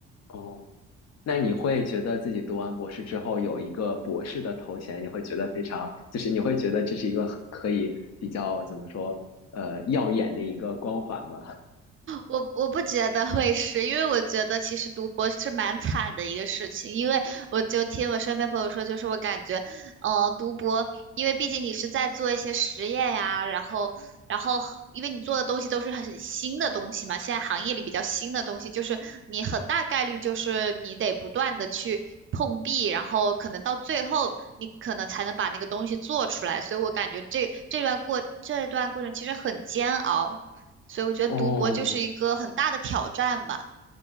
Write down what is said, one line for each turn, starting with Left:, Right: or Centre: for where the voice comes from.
Left: 哦，那你会觉得自己读完博士之后有一个博士的头衔，你会觉得非常，就是你会觉得这是一个很可以比较怎么说，呃，耀眼的一个光环吗？
Right: 我我不觉得会是，因为我觉得其实读博是蛮惨的一个事情，因为我就听我身边朋友说，就是我感觉，呃，读博，因为毕竟你是在做一些实验呀、然后然后因为你做的东西都是很新的东西嘛，现在行业里比较新的东西，就是你很大概率就是你得不断的去碰壁，然后可能到最后你可能才能把那个东西做出来，所以我感觉这这段过这段过程其实很煎熬。所以我觉得读博就是一个很大的挑战吧。
Left: 哦，